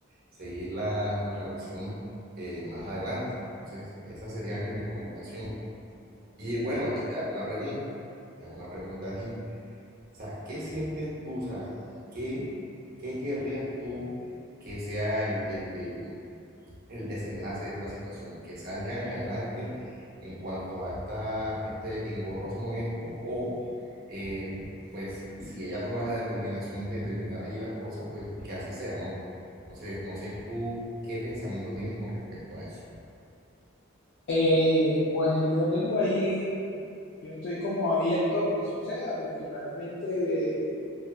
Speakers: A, on the right; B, on the left.
A: seguir la, la relación eh, más adelante. Entonces, esa sería mi recomendación. Y bueno, y te hago una pregunta, te hago una pregunta a ti. O sea, ¿qué sientes tú? O sea, ¿qué, qué querrías tú que sea el, el, el el desenlace de esta situación, que salgan adelante en cuanto a esta, este engorroso momento o eh, pues si ella toma la determinación de terminar allí las cosas, pues que así sea, ¿no? Entonces, no sé tú qué pensamiento tienes con respecto a eso.
B: Eh, pues yo tengo ahí, yo estoy como abierto a lo que suceda, porque realmente